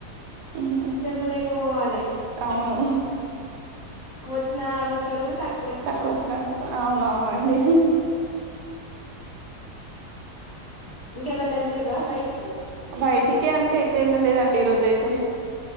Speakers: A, on the right; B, on the right.
A: ఉహు,
B: చెప్పనీకి పోవాలి
A: అవును
B: ఎక్కువ వచ్చినా అడుగుతారు తక్కు
A: తక్కువొచ్చిన అడుగుతారు అవునవునండి
B: ఇంకేటన్న వెళ్ళరా బైటికి
A: బయటికి అంటే ఎటు వెళ్ళలేదండి ఈ రోజు అయితే